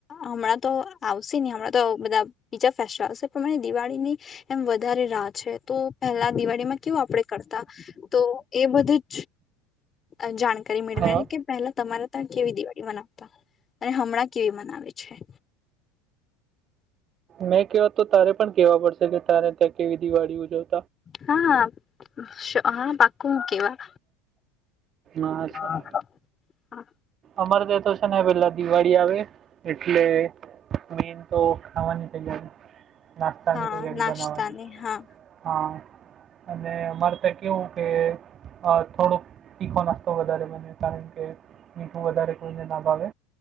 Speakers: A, on the left (about 30°); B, on the right (about 40°).
A: હમણાં તો આવશે નહી હમણાં તો બધા બીજા ફેસ્ટિવલ પ્રમાણે દિવાળીની એમ વધારે રાહ છે તો પેલા દિવાળીમાં કેવું આપડે કરતા તો એ બધી અ જાણ કરી મેળવાની
B: હા
A: કે પેલા તમારા તા કેવી દિવાળી મનાવતા અને હમણાં કેવી મનાવે છે.
B: મેં કેવા તો તારે પણ કેવા પડશે કે તારે ત્યાં કેવી દિવાળી ઉજવ
A: હા શ હા પાકું હું કેવા
B: હા સારું
A: આ હા આ
B: અમારે ત્યાં તો છે ને પેલા દિવાળી આવે એટલે મેન તો ખાવાની તૈયારી નાસ્તાની
A: હા
B: તૈયારી
A: નાસ્તાની
B: બનાવાની
A: હા
B: હા અને અમારે ત્યા કેવું કે અ થોડોક તીખો નાસ્તો વધારે બને કારણ કે મીઠું વધારે કોઈને ના ભાવે